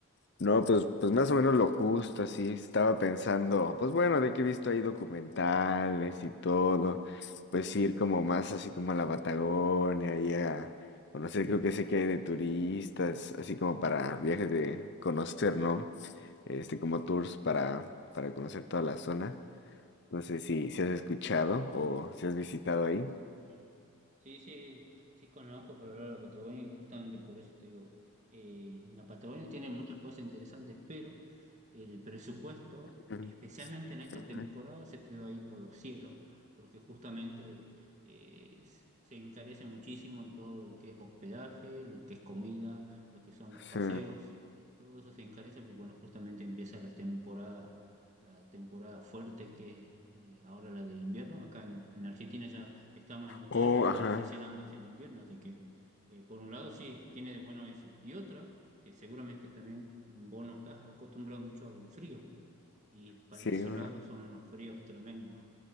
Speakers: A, on the left; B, on the right.
A: No, pues, pues más o menos lo justo, así estaba pensando, pues bueno, de que he visto ahí documentales y todo, pues ir como más así como a la Patagonia y a conocer, creo que sé que hay de turistas, así como para viajes de conocer, ¿no? Este, como tours para, para conocer toda la zona. No sé si, si has escuchado o si has visitado ahí.
B: Sí, sí, sí, sí conozco, pero la Patagonia y justamente por eso te digo, eh, la Patagonia tiene muchas cosas interesantes, pero el presupuesto,
A: Ujú,
B: especialmente en esta
A: ujú.
B: temporada, se te va a ir por los cielos, porque justamente eh, s- se encarece muchísimo todo lo que es hospedaje, lo que es comida, lo que son los paseos,
A: Sí.
B: todo eso se encarece porque, bueno, justamente empieza la temporada la temporada fuerte que es eh, ahora la del invierno. Acá en, en Argentina ya estamos en otoño
A: Oh,
B: y
A: ajá.
B: transicionando hacia el invierno, así que eh, por un lado sí, tiene de bueno eso. Y otra, que seguramente también vos no estás acostumbrado mucho al frío, y para
A: Sí,
B: esos
A: bueno.
B: lados son unos fríos tremendos.